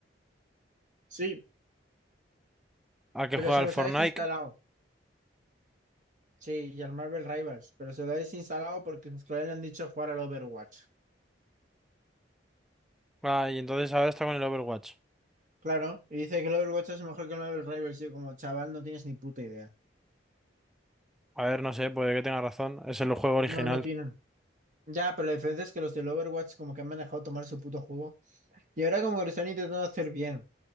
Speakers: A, on the right; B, in the centre.
A: sí,
B: ¿A que
A: pero
B: juega
A: se los
B: el Fortnite?
A: ha desinstalado. Sí, y al Marvel Rivals, pero se lo ha desinstalado porque sus colegas le han dicho jugar al Overwatch.
B: Ah, y entonces ahora está con el Overwatch.
A: Claro, y dice que el Overwatch es mejor que el Marvel Rivals. Yo como chaval no tienes ni puta idea.
B: A ver, no sé, puede que tenga razón. Es el juego original.
A: No, no tienen. Ya, pero la diferencia es que los del Overwatch como que han manejado tomar su puto juego. Y ahora como que lo están intentando hacer bien.